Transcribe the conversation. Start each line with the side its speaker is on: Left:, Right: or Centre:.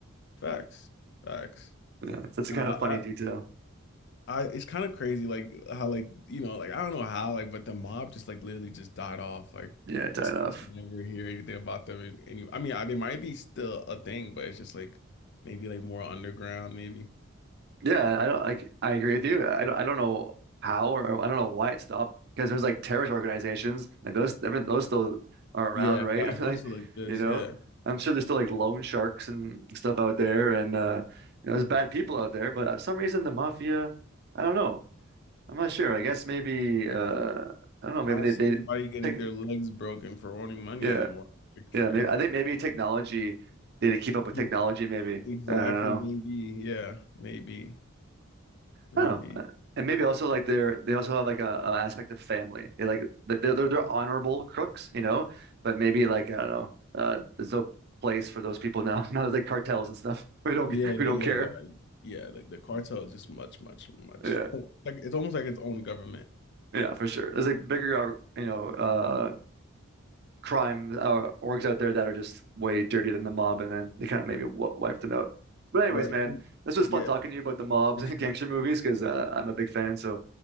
Left: facts. Facts.
Right: Yeah, that's a kind
Left: Uh,
Right: of funny
Left: I,
Right: detail.
Left: I it's kind of crazy like how like you know like I don't know how like but the mob just like literally just died off like
Right: Yeah, it died
Left: just
Right: off.
Left: never hear anything about them in any I mean I, they might be still a thing but it's just like maybe like more underground maybe
Right: Yeah, I don't like I agree with you. I don't I don't know how or I don't know why it stopped because there's like terrorist organizations like those I mean, those still are around,
Left: yeah
Right: right?
Left: facts
Right: <laughs> Like,
Left: also like this
Right: you know,
Left: yeah
Right: I'm sure there's still like loan sharks and stuff out there and uh you know, there's bad people out there, but uh, for some reason the mafia, I don't know. I'm not sure. I guess maybe uh I don't know, maybe
Left: I don't
Right: they
Left: see
Right: they
Left: anybody getting
Right: take
Left: their legs broken for owning money
Right: yeah,
Left: anymore Like, it's
Right: yeah,
Left: crazy
Right: maybe I think maybe technology they had to keep up with
Left: Ye-
Right: technology maybe.
Left: exactly
Right: I don't know.
Left: maybe yeah maybe maybe
Right: Oh, uh, and maybe also like they're they also have like a, a aspect of family. They like they're they're, they're honorable crooks, you know, but maybe like I don't know, uh, there's no place for those people now. <laughs> Now there's like cartels and stuff. <laughs> We don't
Left: yeah the,
Right: we don't
Left: yeah
Right: care.
Left: like, yeah like the cartel is just much much much
Right: Yeah,
Left: <laughs> more like it's almost like its own government
Right: yeah, for sure. There's like bigger, uh, you know, uh, crime uh, orgs out there that are just way dirtier than the mob, and then they kind of maybe w wiped them out. But anyways,
Left: Right.
Right: man, this was
Left: Yeah,
Right: fun talking to you about the mobs
Left: for
Right: <laughs> and
Left: sure.
Right: gangster movies because uh, I'm a big fan. So